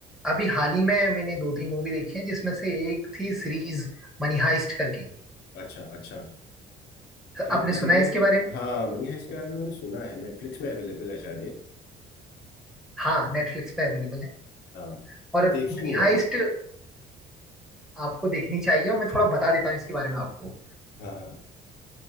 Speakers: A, in the centre; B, on the left.
A: अभी हाल ही में मैंने दो तीन मूवी देखी हैं जिसमें से एक थी सीरीज मनी हाइस्ट करके
B: अच्छा अच्छा
A: तो
B: ठीक
A: आपने
B: यार
A: सुना
B: मनी
A: है इसके बारे में
B: हाँ मनी हाइस्ट के बारे में मैंने सुना है नेटफ्लिक्स पे अवेलेबल है शायद ये
A: हाँ नेटफ्लिक्स पे अवेलेबल है
B: हाँ
A: और
B: पर देखी
A: मनी
B: नहीं है
A: हाइस्ट
B: मैंने
A: आपको देखनी चाहिए और मैं थोड़ा बता देता हूँ इसके बारे में आपको
B: हाँ हाँ